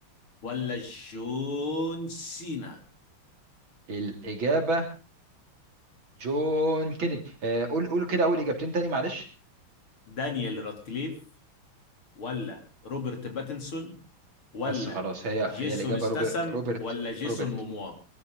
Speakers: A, on the left; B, on the right.
A: ولا جون سينا
B: الإجابة جون كينيدي آه قول قول كده أول إجابتين تاني معلش
A: دانيال رادكليف ولا روبرت باتنسون ولا
B: بس خلاص هي
A: جيسون
B: هي الإجابة
A: استسم
B: روبي... روبرت
A: ولا جيسون
B: روبرت
A: موموا